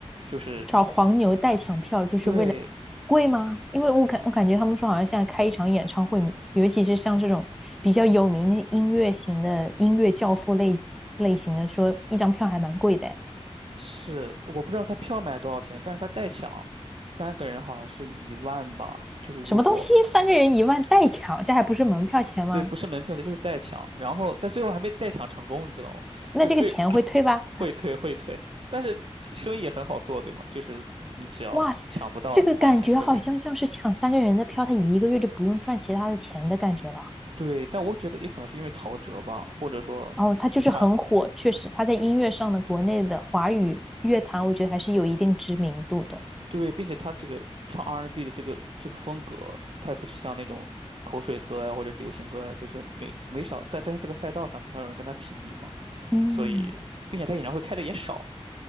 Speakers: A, on the right; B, in the centre.
A: 就是
B: 找黄牛代抢票就是为了
A: 对，
B: 贵吗？因为我感我感觉他们说好像现在开一场演唱会，尤其是像这种比较有名的音乐型的音乐教父类类型的，说一张票还蛮贵的哎
A: 是我不知道他票卖多少钱，但是他代抢，三个人好像是一万吧，就是如果
B: 什么东西？三个人一万代抢，这还不是门票钱吗？
A: 对，不是门票钱就是代抢，然后但最后还没代抢成功，你知道吗？
B: 那这个钱会退吧？
A: 就最会退会退，但是生意也很好做，对吗？就是你只要抢不到就把钱退给你。
B: 哇塞，这个感觉好像像是抢三个人的票，他一个月就不用赚其他的钱的感觉了。
A: 对，但我觉得也可能是因为陶喆吧，或者说他
B: 然后他就是很火，确实他在音乐上的国内的华语乐坛，我觉得还是有一定知名度的。
A: 对，并且他这个唱 R&B n 的这个这个风格，他也不是像那种口水歌呀或者流行歌呀，就是没没少在在他这个赛道上很少有人跟他匹敌嘛，
B: 嗯，
A: 所以并且他演唱会开的也少，